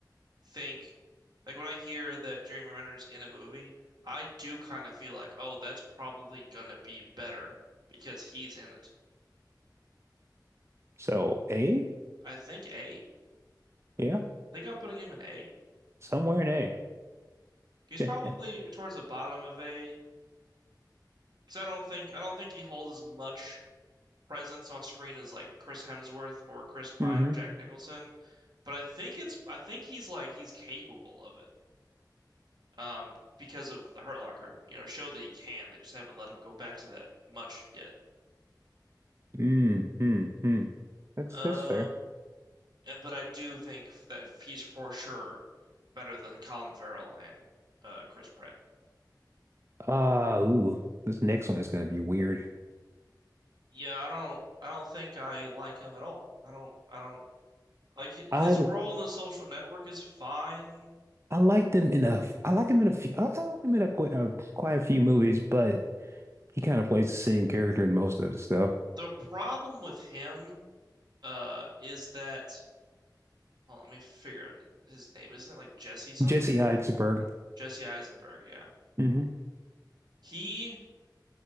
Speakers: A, on the right; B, on the right.
A: think like when I hear that Jeremy Renner's in a movie, I do kind of feel like, oh, that's probably gonna be better because he's in it.
B: So A,
A: I think A. I
B: yeah,
A: think I'm putting him in A.
B: somewhere in A.
A: He's
B: <laughs>
A: probably towards the bottom of A because I don't think I don't think he holds as much presence on screen as like Chris Hemsworth or Chris Pine
B: Mm-hmm.
A: or Jack Nicholson, but I think it's I think he's like he's capable of it. Um, because of the Hurt Locker, you know, show that he can. They just haven't let him go back to that much yet.
B: Mm, mm, mm. That's
A: Uh,
B: that's fair.
A: And, but I do think that he's for sure better than Colin Farrell and uh, Chris Pratt.
B: Uh, ooh, this next one is gonna be weird.
A: Yeah, I don't I don't think I like him at all. I don't I don't like hi-
B: I
A: his role in The Social Network is fine.
B: I liked him enough. I like him in a few. I I like him in a, qu a quite a few movies, but he kind of plays the same character in most of the stuff.
A: The problem with him uh is that well, let me figure out his name. Isn't it like Jesse something?
B: Jesse Eisenberg.
A: Jesse Eisenberg, yeah.
B: hmm
A: He